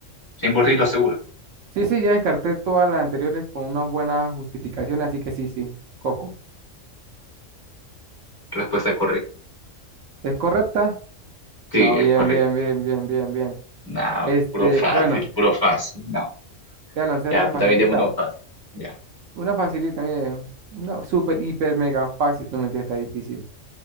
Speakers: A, on the left (about 20°); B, on the right (about 75°).
A: cien por ciento seguro.
B: Sí, sí, ya descarté todas las anteriores con una buena justificación, así que sí, sí, Coco.
A: Respuesta correcta.
B: ¿Es correcta?
A: Sí,
B: No, bien,
A: es correcto.
B: bien, bien, bien, bien, bien.
A: No,
B: Este,
A: puro fácil,
B: bueno,
A: puro fácil. No.
B: voy a lanzar
A: Ya,
B: una
A: tú
B: facilita.
A: también tengo uno fácil. Ya.
B: Una facilita también, una super, hiper, mega fácil. No mentira, está difícil.